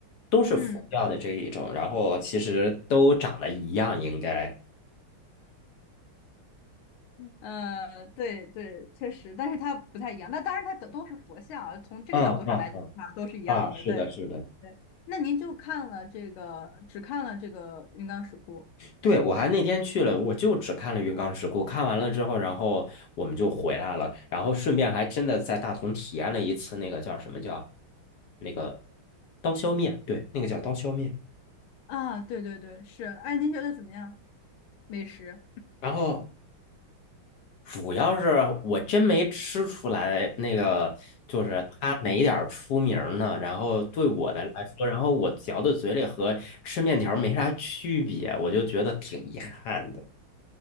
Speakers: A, on the left (about 60°); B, on the left (about 85°).
A: 都是佛教的这一种，
B: 嗯。
A: 然后其实都长得一样，应该。
B: 呃，对对，确实，但是它不太一样。那当然，它都都是佛像啊，从这个角度上来看，
A: 嗯嗯嗯，
B: 都是一样的。
A: 啊，是的，
B: 对
A: 是的。
B: 对，那您就看了这个，只看了这个云冈石窟
A: 对，我还那天去了，我就只看了云冈石窟，看完了之后，然后我们就回来了，然后顺便还真的在大同体验了一次那个叫什么叫那个刀削面，对，那个叫刀削面。
B: 啊？对对对，是。哎，您觉得怎么样？美食？
A: 然后主要是我真没吃出来那个就是它哪点儿出名儿呢？然后对我的来说，然后我嚼到嘴里和吃面条儿没啥区别，我就觉得挺遗憾的。